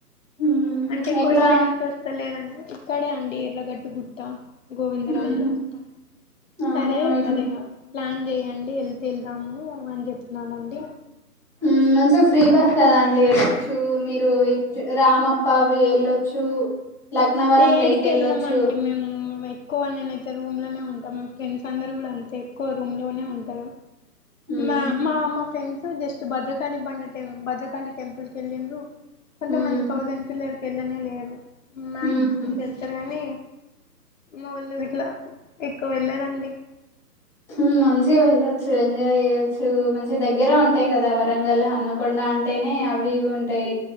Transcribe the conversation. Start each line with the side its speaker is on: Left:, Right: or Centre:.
Centre: ఉమ్
Left: అంటే
Centre: ఎక్కడ
Left: కొషన్స్ వస్తాలేదండి ఇక్కడే అండి ఎడ్లగట్టు గుట్ట గోవిందరాజుల
Centre: ఉహు
Left: గుట్ట
Centre: ఆహా
Left: సరే
Centre: ఇట్ల
Left: మరిగా ప్లాన్ చెయండి వెళ్తే వెళ్దాము అని చెప్నానండి
Centre: ఉమ్ మంచిగా ఫ్రీ బస్ కదా అండి ఎల్లచ్చు మీరు ఇజ్ రామప్ పవి వెళ్ళొచ్చు లక్నవరం
Left: యేడికి
Centre: లేక్ వెళ్ళొచ్చు
Left: వెళ్ళమండి మేము వె కొ నేనైతే రూమ్ లోనే ఉంటా, మా ఫ్రెండ్స్ అందరు కూడా అంతే ఎక్కువ రూమ్ లోనే ఉంటారు.
Centre: ఉహు
Left: మా మా మా ఫ్రెండ్సు జస్ట్ భద్రకాళి బండ టెమ్ భద్రకాళి టెంపుల్కి వెళ్ళిండ్రు. కొంతమంది
Centre: ఉమ్
Left: థౌసండ్ పిల్లర్కి వెళ్ళనే లేరు మ్యాక్స్
Centre: ఉమ్
Left: అందరు వెళ్తారు కానీ. మావోళ్లు ఇట్ల ఎక్కువ వెళ్ళరండి
Centre: ఉ మంచిగా వెళ్ళొచ్చు ఎంజాయ్ చేయ్యొచ్చు మంచి దగ్గరే ఉంటాయి కదా వరంగల్ హన్మకొండ. అంటేనే అవి ఇవి ఉంటాయ్